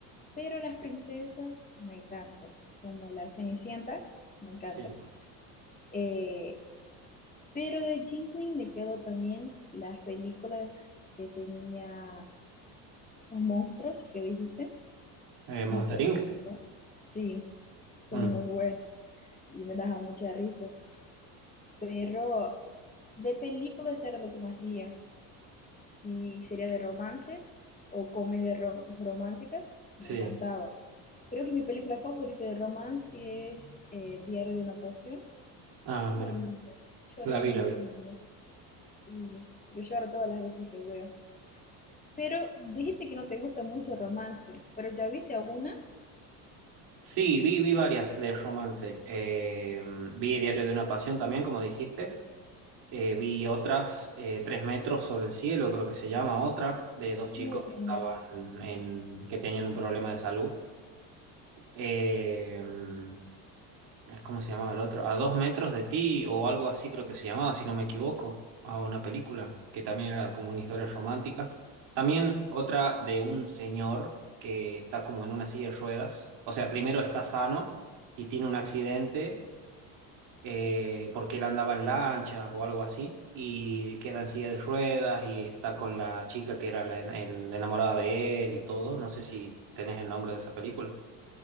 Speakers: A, on the left (about 20°); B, on the right (about 60°).
A: Pero las princesas me encantan, como la Cenicienta, me encanta.
B: Sí.
A: Eh, pero de Disney me quedo también las películas que tenía los monstruos que dijiste,
B: Eh, Monster
A: me encantaron.
B: Inc.
A: ¿no? Sí, son
B: Mm,
A: muy buenos y me daban mucha risa. Pero de películas era lo que más veía. Si sería de romance o comedia ro- romántica,
B: sí.
A: me encantaba. Creo que mi película favorita de romance es eh, Diario de una Pasión.
B: Ah,
A: Muy
B: mira.
A: linda. Lloré
B: La
A: mucho.
B: vi, la vi.
A: niña. Y yo lloro todas las veces que veo. Pero dijiste que no te gusta mucho el romance, pero ya viste algunas.
B: Sí, vi, vi varias de romance. Eh, vi Diario de una Pasión también, como dijiste. Eh, vi otras, eh, Tres metros sobre el cielo, creo que se llama otra, de dos chicos
A: Muy
B: que
A: linda.
B: estaban en, que tenían un problema de salud. Eh, mm, ¿cómo se llamaba el otro? A dos metros de ti o algo así creo que se llamaba, si no me equivoco, a una película que también era como una historia romántica. También otra de un señor que está como en una silla de ruedas. O sea, primero está sano y tiene un accidente eh, porque él andaba en lanchas o algo así, y queda en silla de ruedas y está con la chica que era la, en- el- la enamorada de él y todo. No sé si tenés el nombre de esa película.